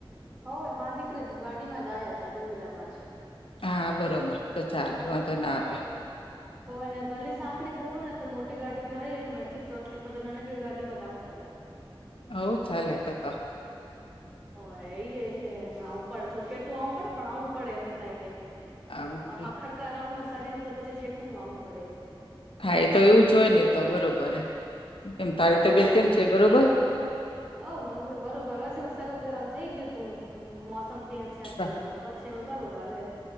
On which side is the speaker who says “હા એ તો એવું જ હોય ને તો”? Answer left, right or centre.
Left